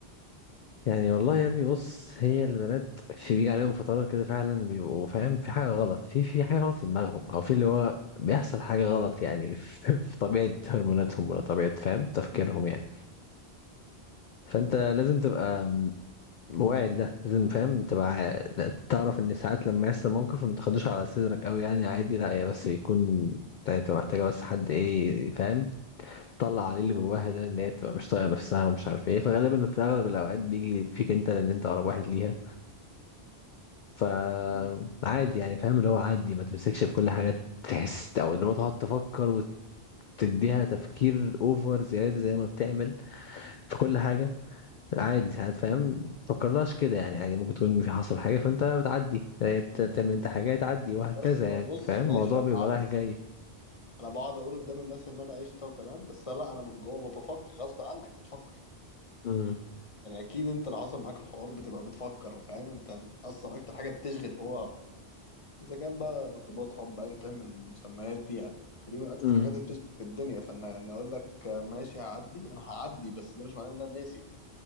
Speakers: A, on the left (about 60°); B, on the left (about 35°).
A: يعني والله يا ابني بص هي البنات في بيجي عليهم فترات كده فعلا بيبقوا فاهم في حاجه غلط في في حاجه غلط في دماغهم او في اللي هو بيحصل حاجه غلط يعني في <laughs> في طبيعه هرموناتهم ولا طبيعه فاهم تفكيرهم
B: مم.
A: يعني فانت لازم تبقى واعي ده لازم فاهم تبقى لا، تعرف ان ساعات لما يحصل موقف ما تاخدوش على صدرك قوي يعني عادي لا هي بس بيكون تبقى محتاجه بس حد ايه فاهم تطلع عليه اللي جواها ده ان هي تبقى مش طايقه نفسها ومش عارف ايه فغالبا في اغلب الاوقات بيجي فيك انت لان انت اقرب واحد ليها فعادي
B: مم.
A: يعني فاهم اللي هو عادي ما تمسكش في كل حاجه تحس او اللي هو تقعد تفكر وتديها تفكير اوفر زياده زي ما بتعمل في كل حاجه عادي ساعات فاهم متفكرلهاش كده يعني عادي ممكن تكون في حصل حاجة فانت بتعدي آه، بت- بتعمل انت حاجة تعدي وهكذا
B: بس طيب
A: يعني
B: بص
A: فاهم
B: ماشي
A: الموضوع
B: انا
A: بيبقى
B: هقعد
A: رايح جاي
B: انا بقعد اقول قدام الناس ان انا قشطه وتمام بس لا انا من جوه بفكر غصب عنك بتفكر
A: امم
B: يعني اكيد انت لو حصل معاك الحوار بتبقى بتفكر فاهم انت اصلا اكتر حاجه بتشغل هو اذا كان بقى ارتباط حب ايا كان من المسميات دي يعني فدي من اكتر
A: امم
B: الحاجات اللي بتشغل في الدنيا فانا يعني اقول لك آه، ماشي هعدي انا هعدي بس ده مش معناه ان انا ناسي